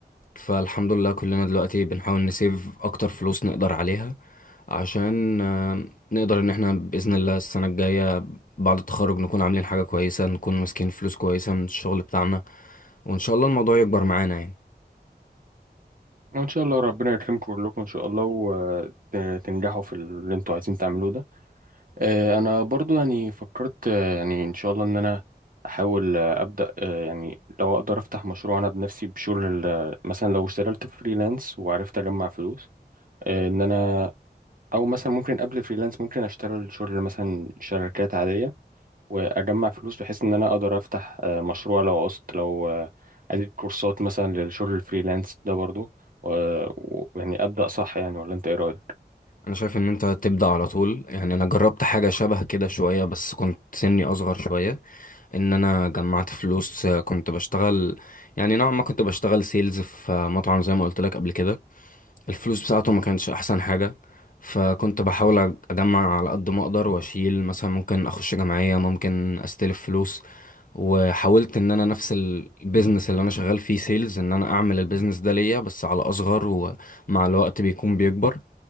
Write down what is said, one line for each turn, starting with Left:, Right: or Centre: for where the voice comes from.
Left: فالحمد لله كلنا دلوقتي بنحاول نسيف أكتر فلوس نقدر عليها عشان آه، نقدر إن احنا بإذن الله السنة الجاية بعد التخرج نكون عاملين حاجة كويسة نكون ماسكين فلوس كويسة من الشغل بتاعنا وإن شاء الله الموضوع يكبر معانا يعني
Right: وإن شاء الله ربنا يكرمكم كلكم إن شاء الله وتنجحوا في اللي أنتوا عايزين تعملوه ده آه، أنا برضو يعني فكرت آه، يعني إن شاء الله إن أنا أحاول آه، أبدأ آه، يعني لو أقدر أفتح مشروع أنا بنفسي بشغل ال- مثلا لو اشتغلت فريلانس وعرفت أجمع فلوس آه، إن أنا أو مثلا ممكن قبل فريلانس ممكن أشتغل شغل مثلا شركات عادية واجمع فلوس بحيث ان انا اقدر افتح آه، مشروع لو عوزت لو آه، اديت كورسات مثلا للشغل الفريلانس ده برضو ويعني ابدا صح يعني ولا انت ايه رايك
Left: انا شايف ان انت تبدا على طول يعني انا جربت حاجه شبه كده شويه بس كنت سني اصغر شويه ان انا جمعت فلوس آه، كنت بشتغل يعني نوعا ما كنت بشتغل سيلز في آه، مطعم زي ما قلت لك قبل كده الفلوس بتاعته ما
Right: مم.
Left: كانتش احسن حاجه فكنت بحاول أج- اجمع على قد ما اقدر واشيل مثلا ممكن اخش جمعيه ممكن استلف فلوس وحاولت ان انا نفس البيزنس اللي انا شغال فيه سيلز ان انا اعمل البيزنس ده ليا بس على اصغر ومع الوقت بيكون بيكبر